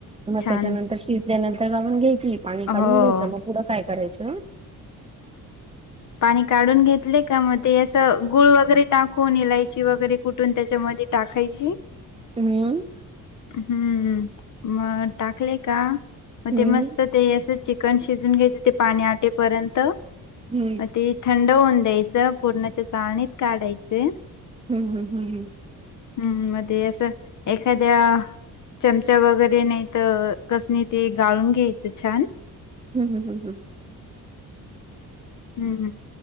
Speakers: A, on the right (about 15°); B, on the left (about 55°).
A: मग
B: छान
A: त्याच्यानंतर शिजल्यानंतर गाळुन घ्यायची, पाणी काढून
B: हो
A: घ्यायचं. मग पुढं काय करायचं
B: पाणी काढून घेतले का मग ते असं गुळ वगैरे टाकून, इलायची वगैरे कुठून त्याच्यामध्ये टाकायची.
A: हम्म.
B: हम्म, मग टाकले का मग
A: हम्म
B: ते मस्त तर ते असं चिकन शिजवून घ्यायचं ते पाणी आटेपर्यंत.
A: हम्म.
B: मग ते थंड होऊन द्यायचं पुरणाच्या चाळणीत काढायचं.
A: हम्म हम्म हम्म हम्म.
B: हम्म मग ते असं एखाद्या चमचा वगैरे नाहीतर रसने गाळून घ्यायचं छान.
A: हम्म हम्म हम्म हम्म हम्म.
B: हम्म